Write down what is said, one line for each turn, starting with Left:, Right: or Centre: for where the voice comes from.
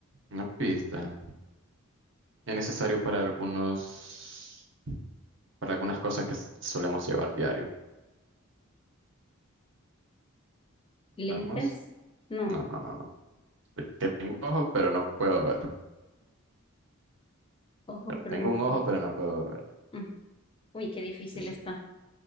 Right: Una pista. Es necesario para algunos, para algunas cosas que s- solemos llevar diario.
Left: ¿Lentes?
Right: Vamos.
Left: No,
Right: No, no, no, no. Que tengo ojo, pero no puedo ver.
Left: ojo,
Right: Pero
Left: pero
Right: tengo
Left: no
Right: un
Left: puedo.
Right: ojo, pero no puedo ver.
Left: Mm. Uy, qué difícil
Right: Sí, sí.
Left: está.